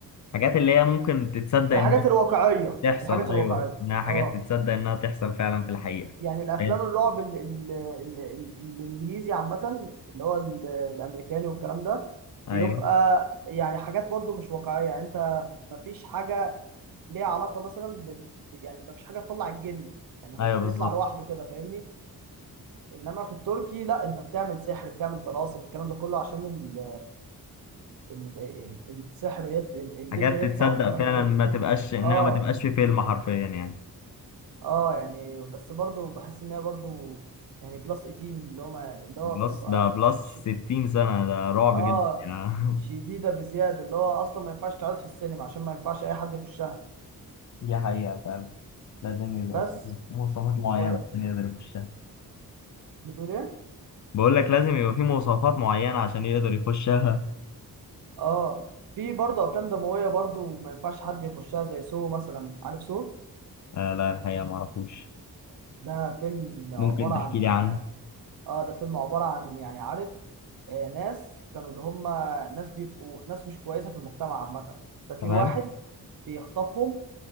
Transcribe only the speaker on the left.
حاجات اللي هي ممكن تتصدق
انها
تحصل
ايوه انها حاجات
تتصدق انها تحصل فعلا في الحقيقة
طيب.
ايوه
ايوه
بالظبط
حاجات
تتصدق
فعلا
ما تبقاش انها
ما تبقاش في فيلم حرفيا يعني
بلس
ده بلس
60 سنة ده رعب
جدا يعني
<laughs> دي حقيقة فعلا لازم يبقى
في مواصفات معينة
عشان يقدر يخشها
بقول لك لازم يبقى في مواصفات معينة عشان يقدر يخشها
آه لا الحقيقة ما اعرفوش
ممكن تحكي
لي عنه
تمام